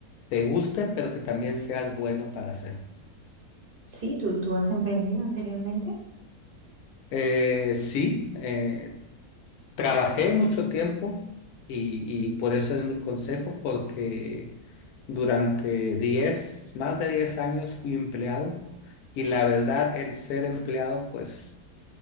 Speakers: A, on the left; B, on the right.
A: te guste, pero que también seas bueno para hacer.
B: sí, tú, tú has emprendido anteriormente.
A: Eh, sí, eh, trabajé mucho tiempo y, y por eso es mi consejo, porque durante 10, más de 10 años fui empleado y la verdad el ser empleado, pues